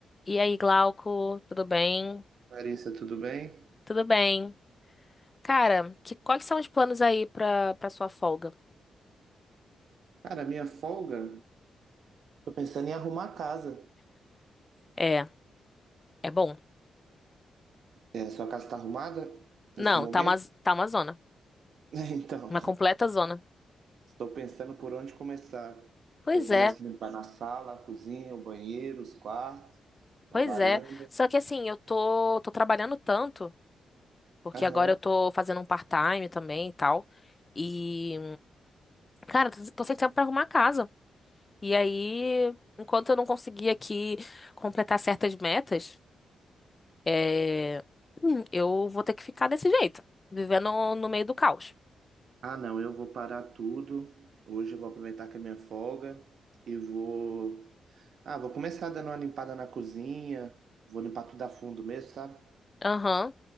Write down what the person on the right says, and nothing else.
Larissa, tudo bem?
Cara, minha folga, tô pensando em arrumar a casa.
É, sua casa tá arrumada
nesse momento?
<laughs> Então,
estou pensando por onde começar.
Se eu começo
a limpar na sala, a cozinha, o banheiro, os quartos,
a varanda.
Aham.
Ah, não, eu vou parar tudo. Hoje eu vou aproveitar que é minha folga e vou. Ah, vou começar dando uma limpada na cozinha. Vou limpar tudo a fundo mesmo, sabe?